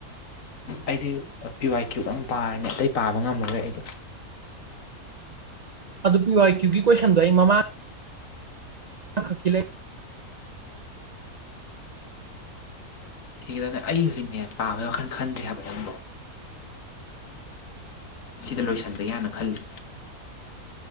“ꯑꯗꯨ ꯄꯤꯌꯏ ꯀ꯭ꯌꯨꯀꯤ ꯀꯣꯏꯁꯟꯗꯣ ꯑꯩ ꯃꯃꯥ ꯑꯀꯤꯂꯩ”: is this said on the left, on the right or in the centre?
Right